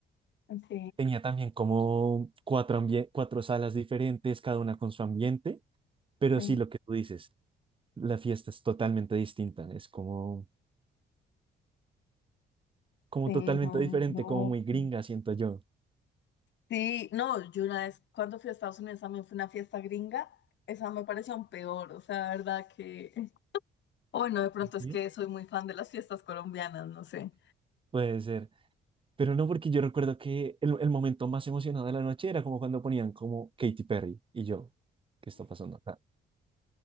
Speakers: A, on the left; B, on the right.
A: Ok,
B: Tenía también como cuatro, ambie- cuatro salas diferentes, cada una con su ambiente, pero
A: Ay,
B: sí lo que tú dices, la fiesta es totalmente distinta, es como, como
A: sí,
B: totalmente
A: no,
B: diferente,
A: muy loca.
B: como muy gringa, siento yo.
A: Sí, no, yo una vez cuando fui a Estados Unidos también fue una fiesta gringa, esa me pareció aún peor, o sea, la verdad que, o bueno, de pronto es
B: ¿sí?
A: que soy muy fan de las fiestas colombianas, no sé.
B: Puede ser, pero no porque yo recuerdo que el, el momento más emocionado de la noche era como cuando ponían como Katy Perry y yo, ¿qué está pasando acá?